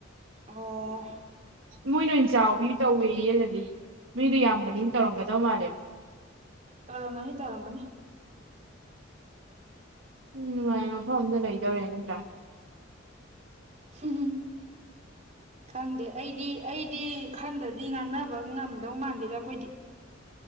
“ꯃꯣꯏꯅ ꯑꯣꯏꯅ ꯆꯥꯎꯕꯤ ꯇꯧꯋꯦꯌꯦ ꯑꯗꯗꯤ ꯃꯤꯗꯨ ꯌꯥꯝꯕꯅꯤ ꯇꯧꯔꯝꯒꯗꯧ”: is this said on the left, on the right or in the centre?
Right